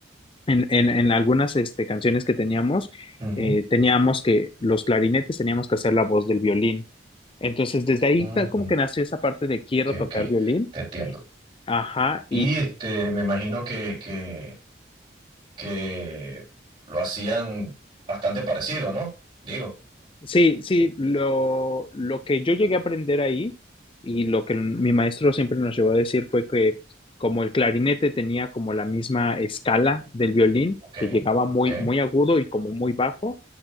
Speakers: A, on the left (about 25°); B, on the right (about 25°).
A: en, en- en algunas este, canciones que teníamos,
B: Ujú,
A: eh, teníamos que los clarinetes teníamos que hacer la voz del violín. Entonces, desde
B: ujú.
A: ahí ta- como que nació esa parte de quiero
B: Ok,
A: tocar
B: ok,
A: violín.
B: te entiendo.
A: Ajá,
B: Y este, me imagino que, que que lo hacían bastante parecido, ¿no? Digo,
A: Sí, sí, lo, lo que yo llegué a aprender ahí y lo que mi maestro siempre nos llevó a decir fue que como el clarinete tenía como la misma escala del violín,
B: ok,
A: que llegaba muy,
B: ok.
A: muy agudo y como muy bajo,